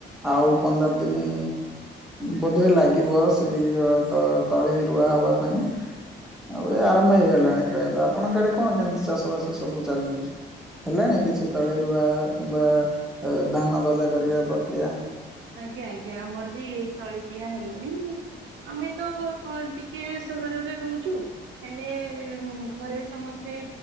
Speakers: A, in the centre; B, on the right (about 75°).
A: ଆଉ ପନ୍ଦର ଦିନି ବୋଧେ ଲାଗିବ ସେଇ ଅ ତ-ତଳି ରୁଆ ହବା ପାଇଁ। ଆଉ ଏ ଆରମ୍ଭ ହେଇଗଲାଣି ପ୍ରାୟତଃ ଆପଣଙ୍କ ଆଡେ କଣ କେମିତି ଚାଷ ବାସ ସବୁ ଚାଲିଛି? ହେଲେଣି କିଛି ତଳି ରୁଆ କିମ୍ବା ଧାନ ଗଜା କରିବା ପ୍ରକ୍ରିୟା?
B: ଆଜ୍ଞା ଆଜ୍ଞା ଆମର ବି ତଳି ଦିଆ ହେଲାଣି। ଆମେ ତ ଟିକେ ସହରରେ ରହୁଛୁ। ହେଲେ ଘରେ ସମସ୍ତେ